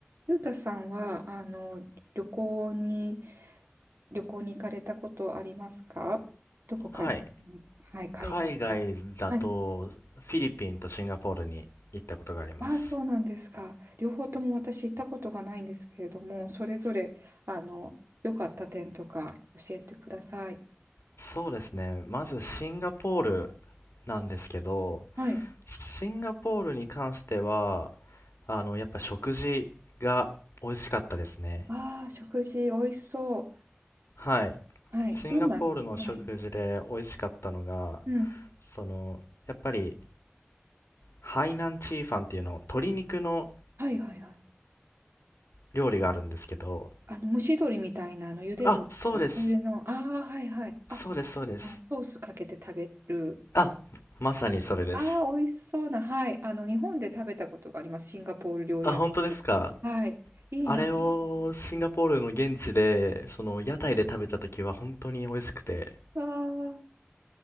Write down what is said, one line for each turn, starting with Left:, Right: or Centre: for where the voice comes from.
Right: ゆうたさんは、あの、旅行に、旅行に行かれたことありますかどこかに。
Left: はい。
Right: はい、海外。
Left: 海外だと、
Right: はい。
Left: フィリピンとシンガポールに行ったことがあります。
Right: ああ、そうなんですか。両方とも私行ったことがないんですけれども、それぞれ、あの、良かった点とか教えてください。
Left: そうですね。まずシンガポールなんですけど、
Right: はい。
Left: シンガポールに関しては、あの、やっぱ食事が美味しかったですね。
Right: ああ、食事美味しそ
Left: はい。
Right: う。はい。
Left: シンガポールの食事で美味しかったのが、
Right: どんな、はい。うん。
Left: その、やっぱり、ハイナンチーファンっていうの、鶏肉の
Right: はいはいはい。
Left: 料理があるんですけど、
Right: あの、蒸し鶏みたいな、あの、茹で鶏とか。
Left: あ、そうです。
Right: そういうの。ああ、はいはい。あ、
Left: そうです、そうです。
Right: あの、ソースかけて食べる。
Left: あ、まさにそれです。
Right: ああ、美味しそうな。はい。あの、日本で食べたことがあります。シンガポール料理屋さんで。
Left: あ、本当ですか。
Right: はい。いいな。
Left: あれをシンガポールの現地で、その屋台で食べた時は本当に美味しくて、
Right: わあ。